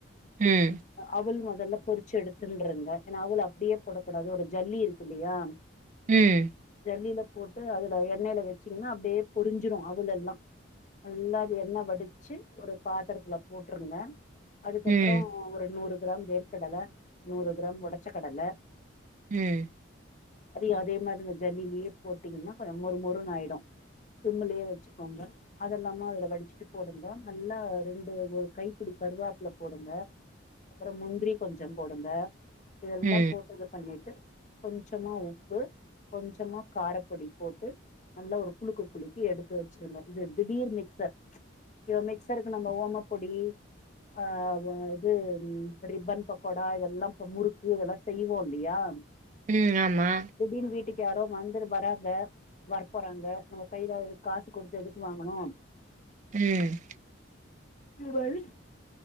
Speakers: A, on the right; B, on the left.
A: ம்
B: அவுல் முதல்ல பொரிச்சி எடுத்துனுருங்க ஏன்னா அவுல அப்டியே போட கூடாது ஒரு ஜல்லி இருக்கு இல்லயா
A: ம்
B: ஜல்லில போட்டு அதுல எண்ணெயில வச்சீங்கன்னா அப்டியே பொரிஞ்சிடும் அவுல் எல்லா நல்ல அது எண்ணெ வடிச்சு ஒரு பாத்தரத்துல போட்டுருங்க அதுக்கப்புறம்
A: ம்
B: ஒரு நூறு கிராம் வேர்கற்கடல நூறு கிராம் உடச்ச கடல
A: ம்
B: அதையு அதே மாரி இந்த ஜல்லிலே போட்டீங்கன்னா கொஞ்சம் மொறு மொறு ஆயிடும் சிம்முலயே வச்சுக்கோங்க அதெல்லாம வடிச்சுட்டு போடுங்க நல்ல ரெண்டு ஒரு கைப்படி கருவோப்புல போடுங்க அப்புறம் முந்திரி கொஞ்சம் போடுங்க இதல்லாம்
A: ம்
B: போட்டு இது பண்ணிட்டு கொஞ்சமா உப்பு கொஞ்சமா காரப்பொடி போட்டு நல்லா ஒரு குலுக்கு குலுக்கி எடுத்து வச்சிருங்க இது திடீர் மிக்சர் இப்படி மிக்சருக்கு நம்ம ஓம பொடி அ இது ரிப்பன் பக்கோடா இதெல்லா இப்ப முறுக் இதெல்லாம் செய்வோம் இல்லயா
A: ம் ஆமா
B: திடீர்னு வீட்டுக்கு யாரோ வந்துரு வராங்க வரபோறாங்க நம்ம கையில காசு கொடுத்து எதுக்கு வாங்கணு
A: ம்
B: இந்த மாரி